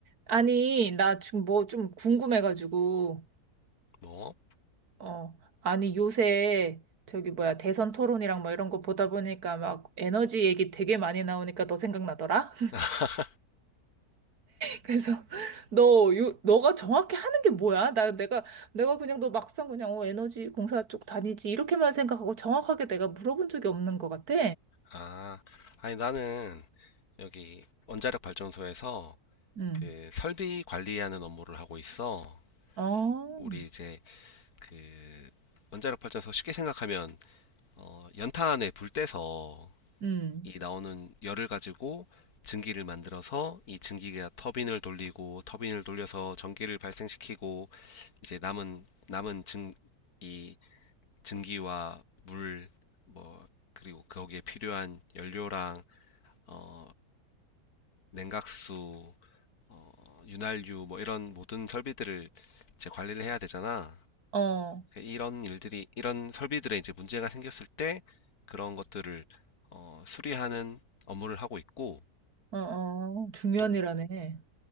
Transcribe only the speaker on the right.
아니, 나 지금 뭐 좀 궁금해가지고,
어, 아니, 요새 저기 뭐야, 대선 토론이랑 뭐 이런 거 보다 보니까 막 에너지 얘기 되게 많이 나오니까 너 생각나더라? <laughs>
그래서 너, 요, 너가 정확히 하는 게 뭐야? 나, 내가, 내가 그냥 너 막상 그냥 어, 에너지 공사 쪽 다니지 이렇게만 생각하고 정확하게 내가 물어본 적이 없는 것 같아.
응.
어,
응.
어,
어, 어, 중요한
일하네.